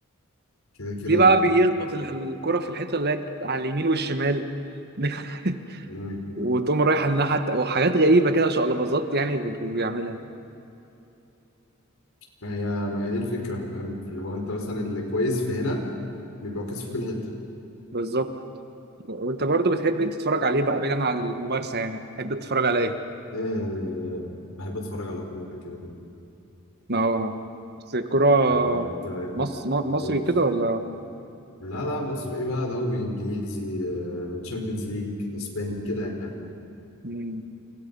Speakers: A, on the left; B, on the right.
A: كده كده
B: ليه بقى
A: يعني
B: بيخبط ال- الكرة في الحيطة اللي هي على اليمين والشمال <laughs>
A: مم.
B: وتقوم رايح على الناحية الت- وحاجات غريبة كده شقلباظات يعني ب- ب- بيعملها
A: ما هي ما هي دي الفكرة فاهم اللي هو انت مثلا اللي كويس في هنا بيبقى كويس في كل حتة
B: بالظبط وانت برضو بتحب إيه تتفرج عليه بقى بعيدا عن الممارسة يعني بتحب تتفرج على ايه؟
A: أه بحب اتفرج على كورة كده كده
B: اه بس الكرة
A: يعني انت
B: مص... م- مصري
A: أوف.
B: كده ولا
A: لا لا مصر ايه بقى دوري انجليزي تشامبيونز ليج اسباني كده يعني.
B: مم.